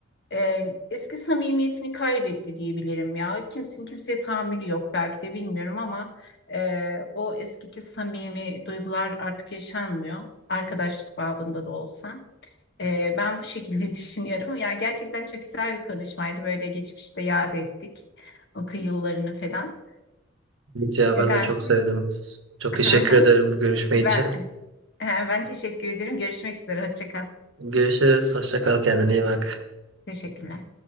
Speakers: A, on the left; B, on the right.
A: e, eski samimiyetini kaybetti diyebilirim ya. Kimsenin kimseye tahammülü yok belki de bilmiyorum ama e, o eskiki samimi duygular artık yaşanmıyor. Arkadaşlık babında da olsa. E, ben bu şekilde <laughs> düşünüyorum. Yani gerçekten çok güzel bir konuşmaydı. Böyle geçmişte yad ettik o yıllarını falan.
B: Evet ya
A: Ne
B: ben
A: dersin?
B: de çok sevdim. Çok
A: <laughs>
B: teşekkür ederim bu görüşme
A: Ben,
B: için.
A: ben teşekkür ederim. Görüşmek üzere. Hoşça kal.
B: Görüşürüz. Hoşça kal. Kendine iyi bak.
A: Teşekkürler.